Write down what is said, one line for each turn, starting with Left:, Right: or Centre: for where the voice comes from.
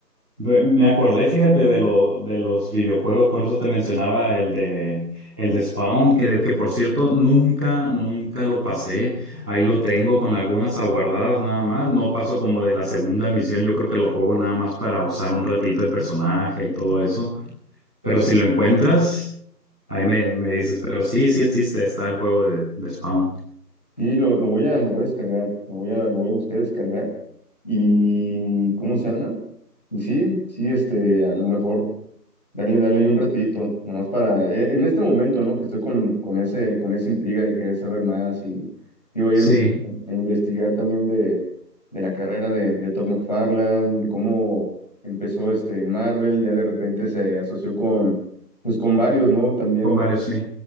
Centre: Ve- Me acordé, fíjate, de lo, de los videojuegos, por eso te mencionaba el de, el de Spawn, que, que por cierto nunca, nunca lo pasé. Ahí lo tengo con algunas aguardadas nada más. No paso como de la segunda misión, yo creo que lo juego nada más para usar un ratito el personaje y todo eso. Pero si lo encuentras, ahí me, me dices, pero sí, sí existe, está el juego de, de Spawn.
Left: Sí, lo, lo voy a, lo voy a descargar, lo voy a, lo voy a buscar descargar. ¿Y cómo se llama? Y sí, sí, este, a lo mejor. Darle, darle ahí un ratito, nomás para, eh, en este momento, ¿no? Que estoy con, con ese, con esa intriga de querer saber más y digo, ayer
Centre: Sí,
Left: me puse a investigar también de, de la carrera de, de Todd McFarlane, de cómo empezó este en Marvel, ya de repente se asoció con, pues con varios, ¿no? También
Centre: con varios, sí.